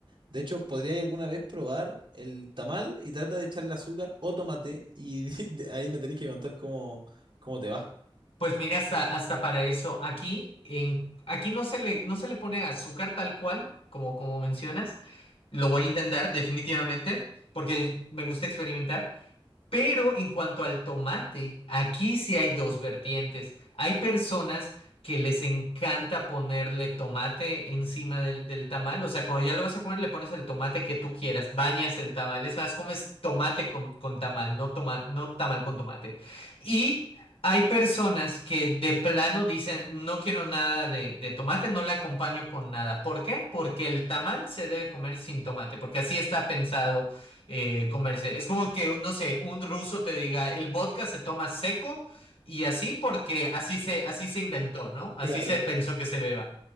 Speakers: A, on the right; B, on the left.
A: De hecho, podría alguna vez probar el tamal y trata de echarle azúcar o tomate y <laughs> de ahí me tenés que contar cómo, cómo te va.
B: Pues mira, hasta, hasta para eso. Aquí, en, aquí no se le, no se le pone azúcar tal cual, como, como mencionas, Lo voy a intentar definitivamente porque me gusta experimentar pero en cuanto al tomate, aquí sí
A: <laughs>
B: hay dos vertientes. Hay personas que les encanta ponerle tomate encima del, del tamal. O sea, cuando ya lo vas a comer, le pones el tomate que tú quieras, bañas el tamal. Es más, comes tomate con, con tamal, no, toma, no tamal con tomate. Y hay personas que de plano dicen, no quiero nada de, de tomate, no le acompaño con nada. ¿Por qué? Porque el tamal se debe comer sin tomate, porque así está pensado eh, comerse. Es como que, no sé, un ruso te diga, el vodka se toma seco y así porque así se, así se inventó, ¿no? Así
A: Claro.
B: se pensó que se beba.